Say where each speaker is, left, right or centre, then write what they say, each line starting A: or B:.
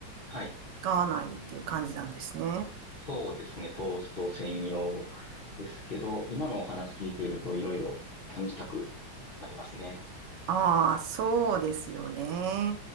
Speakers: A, on the left; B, on the right.
A: はい。
B: 使わないっていう感じなんですね。
A: そうですね、トースト専用ですけど、今のお話聞いているといろいろ試したくなりますね。
B: ああ、そうですよね。